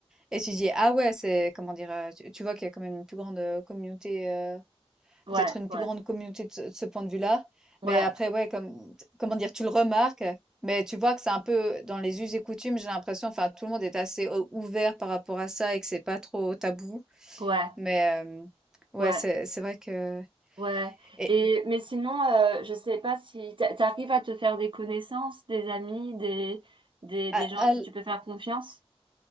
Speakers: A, in the centre; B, on the right.
A: et tu dis ah ouais c'est comment dire euh, tu, tu vois qu'il y a quand même une plus grande euh, communauté euh,
B: ouais,
A: peut-être une
B: ouais,
A: plus grande communauté de, ce de ce point de vue-là.
B: ouais,
A: Mais après ouais comme comment dire tu le remarques mais tu vois que c'est un peu dans les us et coutumes j'ai l'impression enfin tout le monde est assez euh, ouvert par rapport à ça et que c'est pas trop tabou.
B: ouais,
A: Mais euh, ouais,
B: ouais,
A: c'est c'est vrai que
B: ouais.
A: et
B: Et mais sinon, euh, je sais pas si t'a- t'arrives à te faire des connaissances, des amis, des des
A: à-
B: des gens à qui
A: à l-
B: tu peux faire confiance.